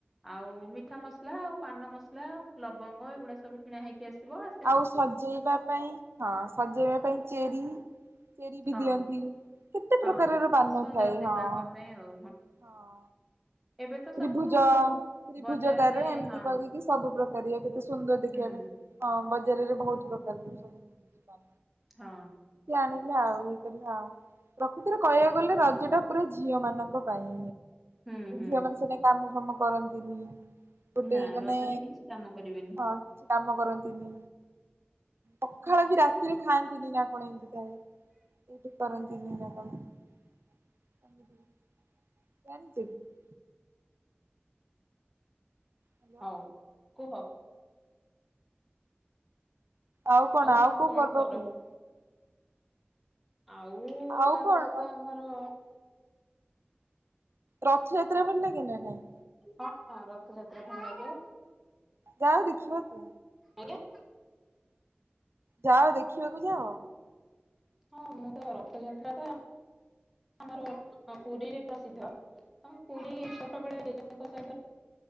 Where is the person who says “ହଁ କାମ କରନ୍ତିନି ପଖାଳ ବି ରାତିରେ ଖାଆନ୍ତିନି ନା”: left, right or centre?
Right